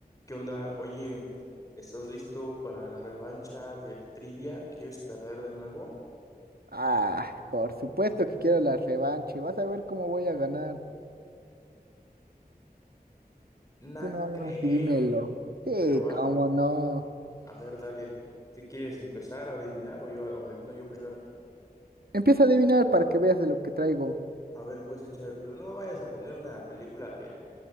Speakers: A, on the left; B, on the right.
A: ¿Qué onda? Oye, ¿estás listo para la revancha del trivia? ¿Quieres perder de nuevo?
B: Ah, por supuesto que quiero la revancha. y Vas a ver cómo voy a ganar.
A: No
B: Tú nomás
A: creo,
B: dímelo. Sí,
A: pero va,
B: cómo no.
A: a ver, dale. ¿Qué quieres empezar a adivinar o yo o adivino yo primero?
B: Empieza a adivinar para que veas de lo que traigo.
A: A ver, pues echa, pero no vayas a poner una película del